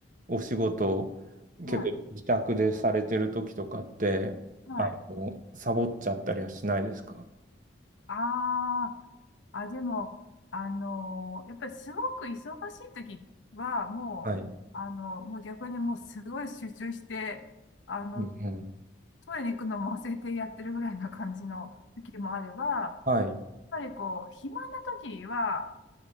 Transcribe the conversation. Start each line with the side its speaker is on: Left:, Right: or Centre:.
Right: お仕事、結構自宅でされてる時とかって、
Left: い。はい。はい。
Right: あの、サボっちゃったりはしないですか
Left: ああ、あ、でも、あのーやっぱりすごく忙しい時は、もう、
Right: はい。う
Left: あの、もう逆にもうすごい集中して、あの、
Right: んうん。
Left: トイレに行くのも忘れてやってるぐらいな感じの時もあれば、
Right: はい。
Left: ぱりこう、暇な時は、